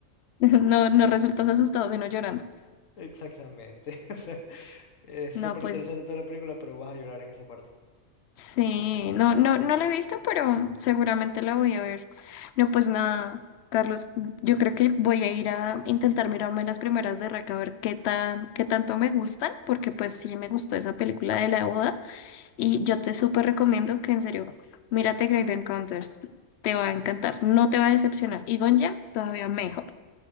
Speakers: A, on the left (about 60°); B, on the left (about 80°).
A: No, no resultas asustado, sino llorando.
B: <laughs> Exactamente. <laughs> O sea, es
A: No,
B: súper
A: pues
B: interesante toda la película, pero vas a llorar en esa parte.
A: sí, no, no, no la he visto, pero seguramente la voy a ver. No, pues nada, Carlos, yo creo que voy a ir a intentar mirarme las primeras de Rec a ver qué tan, qué tanto me gustan, porque pues sí me gustó esa película de la boda. Y yo te súper recomiendo que en serio, mírate Grave Encounters, te va a encantar, no te va a decepcionar. Y Gonja, todavía mejor.